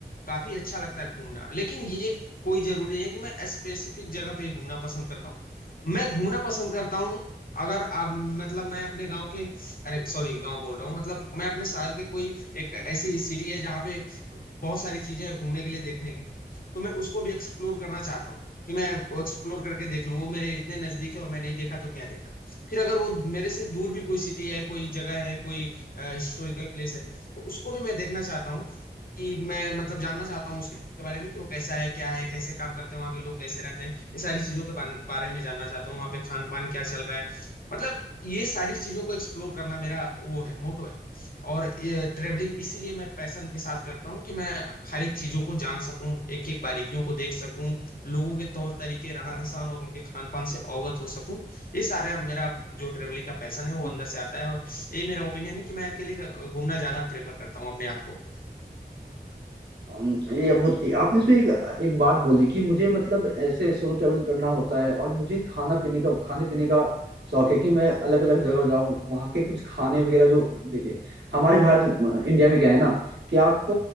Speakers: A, on the left; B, on the right.
A: काफी अच्छा लगता है घूमना लेकिन ये कोई जरूरी नहीं है कि मैं स्पेसिफिक जगह पे ही घूमना पसंद करता हूँ मैं घूमना पसंद करता हूँ अगर आप मतलब मैं अपने गांव के अरे सॉरी गांव बोल रहा हूँ मतलब मैं अपने शहर के कोई एक ऐसी सिटी है जहाँ पे बहुत सारी चीजें हैं घूमने के लिए देखने के लिए तो मैं उसको भी एक्सप्लोर करना चाहता हूँ कि मैं एक्सप्लोर करके देख लूँ वो मेरे इतने नजदीक है और मैं नहीं देखा तो क्या देखा फिर अगर वो मेरे से दूर भी कोई सिटी है कोई जगह है कोई हिस्टोरिकल प्लेस है तो उसको भी मैं देखना चाहता हूँ कि मैं मतलब जानना चाहता हूँ उसके बारे में कि वो कैसा है क्या है कैसे काम करते हैं वहाँ के लोग कैसे रहते हैं ये सारी चीज़ों के बान- बारे में जानना चाहता हूँ वहाँ पे खान पान क्या चल रहा है मतलब ये सारी चीज़ों को एक्सप्लोर करना मेरा वो है मोटो है और ट्रेवलिंग इसीलिए मैं पैशन के साथ करता हूँ कि मैं हर एक चीज़ों को जान सकूँ एक एक बारीकियों को देख सकूँ लोगों के तौर तरीके रहन सहन और उनके खान पान से अवगत हो सकूँ ये सारे अब मेरा जो ट्रेवलिंग का पैशन है वो अंदर से आता है और ये मेरा ओपिनियन है कि मैं अकेले घूमना ज्यादा प्रेफर करता हूँ अपने आप को
B: अम, ये बहुत आपने इसमें एक एक बात बोली कि मुझे मतलब ऐसे सोलो ट्रैवल करना होता है और मुझे खाना पीने का खाने पीने का शौक है कि मैं अलग अलग जगह जाऊं वहां के कुछ खाने वगैरह जो देखिए हमारे भारत इंडिया में क्या है ना कि आप